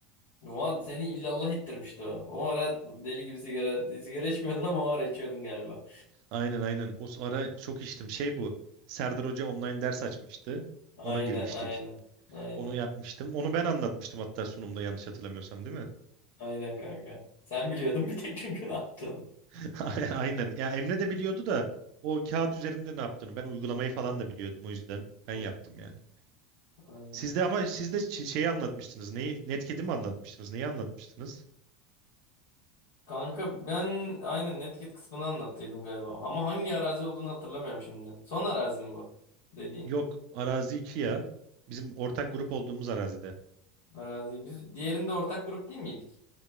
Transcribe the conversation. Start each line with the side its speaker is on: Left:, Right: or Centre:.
Left: Ulan seni illallah ettirmişti o. O ara deli gibi sigara sigara içmiyordun ama o ara içiyordun galiba.
Right: Aynen aynen. O ara çok içtim. Şey bu. Serdar Hoca online ders açmıştı.
Left: Aynen
Right: Ona girmiştik.
Left: aynen. Aynen.
Right: Onu yapmıştım. Onu ben anlatmıştım hatta sunumda yanlış hatırlamıyorsam değil mi?
Left: Aynen kanka. Sen biliyordun bir tek çünkü ne yaptın.
Right: <laughs> Aynen. Ya Emre de biliyordu da o kağıt üzerinde ne yaptığını. Ben uygulamayı falan da biliyordum o yüzden. Ben
Left: Hı,
Right: yaptım yani.
Left: Aynen.
Right: Sizde ama sizde şeyi anlatmıştınız. Neyi? Netkedi mi anlatmıştınız? Neyi anlatmıştınız?
Left: Kanka ben aynen Netcat kısmını anlattıydım galiba. Ama hangi arazi olduğunu hatırlamıyorum şimdi. Son arazi mi bu dediğin?
Right: Yok arazi 2 ya. Bizim ortak grup olduğumuz arazide.
Left: Arazi. Biz diğerinde ortak grup değil miydik?